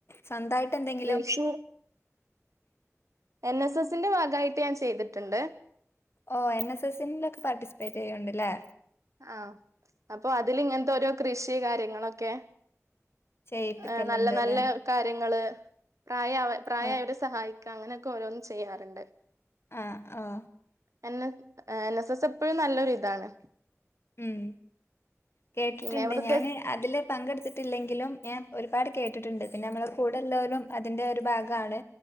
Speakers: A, on the left; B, on the right.
A: സ്വന്തായിട്ട് എന്തെങ്കിലും
B: കൃഷി എൻ എസ് എസിന്റെ ഭാഗായിട്ട് ഞാൻ ചെയ്ത്ട്ട്ണ്ട്
A: ഓഹ് എൻ എസ് എസ്സിന്റെ ഒക്കെ പാർട്ടിസിപ്പേറ്റ് ചെയ്യുന്നുണ്ട്ല്ലേ
B: ആഹ് അപ്പൊ അതില് ഇങ്ങൻത്തെ ഓരോ കൃഷി കാര്യങ്ങളൊക്കെ
A: ചെയ്യിപ്പിക്കലുണ്ട്
B: ഏഹ് നല്ല നല്ലത്
A: അല്ലേ
B: കാര്യങ്ങള് പ്രായാവ പ്രായായവരെ
A: ആ
B: സഹായിക്കുക അങ്ങനെയൊക്കെ ഓരോന്നും ചെയ്യാറുണ്ട്
A: ആഹ് ആഹ്
B: എന്ന് എ എന്നെസ്സെസ്സ് ഇപ്പഴും നല്ലൊരുതാണ്
A: ഉം കേട്ടിട്ട്ണ്ട്
B: പിന്നെ വൃദ്ധ
A: ഞാന് അതില് പങ്കെടുത്തിട്ടില്ലെങ്കിലും ഞാൻ ഒരുപാട് കേട്ടിട്ട്ണ്ട് പിന്നെ ഞമ്മളെ കൂടെല്ലോലും അതിന്റെ ഒരു ഭാഗാണ്